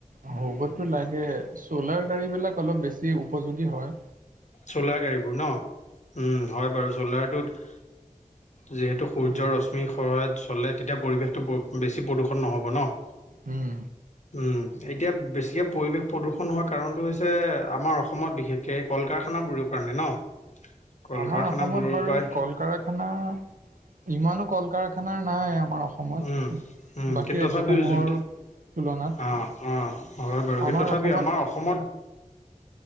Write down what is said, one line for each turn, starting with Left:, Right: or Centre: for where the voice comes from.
Right: হ'বটো লাগে, চ'লাৰ গাড়ীবিলাক অলপ বেছি উপযোগী হয়।
Left: চ'লাৰ গাড়ীবোৰ ন' উম, হয় বাৰু চ'লাৰটোত যিহেতু সূৰ্যৰ
Right: উম
Left: ৰশ্মি সহায়ত চলে তেতিয়া পৰিৱেশটো বেছি প্ৰদূষণ নহ'ব ন'?
Right: উম।
Left: উ, এতিয়া বেছিকে পৰিবেশ প্ৰদূষণ হোৱাৰ কাৰণটো হৈছে আমাৰ অসমত বিশেষকে কল কাৰখা নাবোৰৰ কাৰণে ন'? কল
Right: আমাৰ
Left: কাৰখানাবোৰৰ
Right: অসমত বাৰু
Left: পৰাই
Right: কল কাৰখানা ইমানো কল কাৰখানা নাই, আমাৰ অস সমত
Left: উম, উম,
Right: বাকী
Left: কিন্তু
Right: ৰাজ্যসমূহৰ
Left: তথাপিও যোন
Right: তুলনাত
Left: অ', অ' হয় বাৰু
Right: আমাৰ
Left: কিন্তু তথাপি
Right: অসমত
Left: আমাৰ অসমত